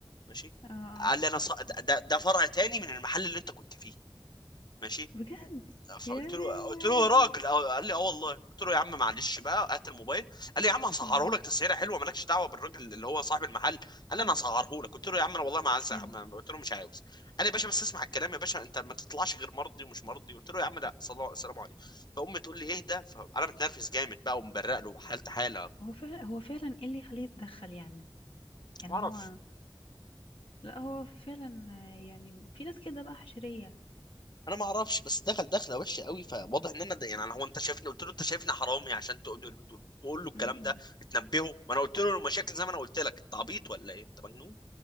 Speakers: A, on the left; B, on the left.
A: ماشي
B: اه آه.
A: قال لي انا ص... ده, ده فرع تاني من المحل اللي انت كنت فيه ماشي
B: بجد
A: فقلت
B: يا يا
A: له
B: لهوي
A: قلت له يا راجل أو... قال لي اه والله قلت له يا عم معلش بقى هات الموبايل قال لي يا عم هسعره
B: امم
A: لك تسعيره حلوه مالكش دعوه بالراجل اللي هو صاحب المحل قال لي انا هسعره لك قلت له يا عم انا والله ما عايز
B: حلو
A: ما- ما- قلت له مش عاوز قال لي يا باشا بس اسمع الكلام يا باشا انت ما تطلعش غير مرضي ومش مرضي قلت له يا عم لا صلا- السلام عليكم فامي تقول لي اهدى فانا متنرفز جامد بقى ومبرق له حالتي حاله
B: هو فعلا هو فعلا ايه اللي يخليه يتدخل يعني يعني
A: ما اعرفش
B: هو لا هو فعلا آه، يعني في ناس كده بقى حشريه
A: انا ما اعرفش بس دخل دخله وحشه قوي فواضح ان انا ده يعني أنا- هو انت شايفني قلت له انت شايفني حرامي عشان تقول له تقول له الكلام
B: امم
A: ده تنبهه ما انا قلت له المشاكل زي ما انا قلت لك انت عبيط ولا ايه انت مجنون